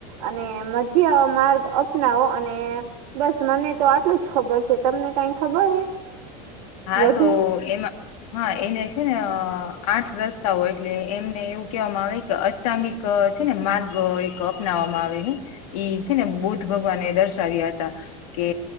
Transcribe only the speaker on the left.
હા
તો એમાં હા એને છે ને આઠ રસ્તાઓ એટલે એમને એવું કેહેવામાં આવે અષ્ટાંગિક છે ને માર્ગ એક અપનાવવામાં આવે ને ઈ છે ને બૌદ્ધ ભગવાને એ દર્શાવ્યા હતા કે